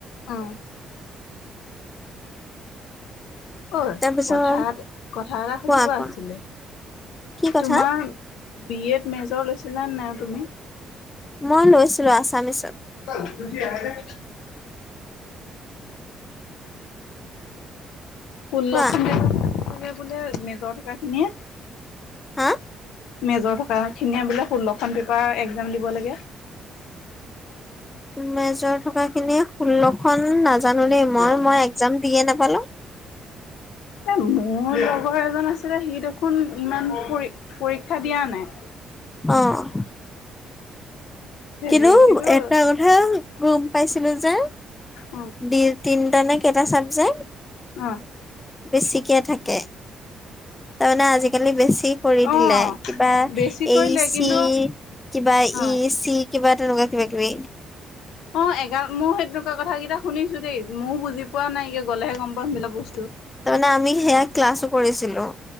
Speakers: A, on the left; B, on the left.
A: অ'। ঐ
B: তাৰপিছত
A: হঠাৎ কথা এটা সুধিব
B: কোৱা
A: আছিলে,
B: কোৱা কি কথা
A: তোমাৰ বি এত মেজৰ লৈছিলা নে নাই তুমি?
B: মই লৈছিলোঁ, আছামিছত।
A: <unintelligible> ষোল্লখন
B: কোৱা
A: <unintelligible> বোলে মেজৰ থকাখিনিয়ে?
B: হা
A: মেজৰ থকাখিনিয়ে বোলে ষোল্লখন পেপাৰ এক্সাম দিব লাগে।
B: মেজৰ থকাখিনি ষোল্লখনন নাজানো
A: লাগে।
B: দেই, মই মই এক্সাম দিয়ে নাপালোঁ।
A: এ, মোৰ লগৰ এজন আছিলে সি দেখোন ইমান পৰি-পৰীক্ষা দিয়া নাই।
B: অ'।
A: হেৰি
B: কিন্তু
A: কিটো
B: এটা কথা গম পাইছিলোঁ যে
A: অ'।
B: ডিউ তিনটা নে কেইটা চাবজেক্ট
A: অ'।
B: বেছিকে থাকে। তাৰমানানে আজিকালি বেছি কৰি দিলে,
A: অ
B: কিবা এ
A: বেছি কৰিলে
B: ই চি,
A: কিন্তু
B: কিবা ই
A: অ
B: এ চি কিবা তেনেকুৱা কিবা কিবি।
A: অ' এগাল মোৰ সেই তেনেকুৱা কথাকেইটা শুনিছোঁ দেই, ময়ো বুজি পোৱা নাইে, গ'লেহে গম পাওঁ সেইবিলাক বস্তু।
B: তাৰমানে আমি সেয়া ক্লাছো কৰিছিলোঁ।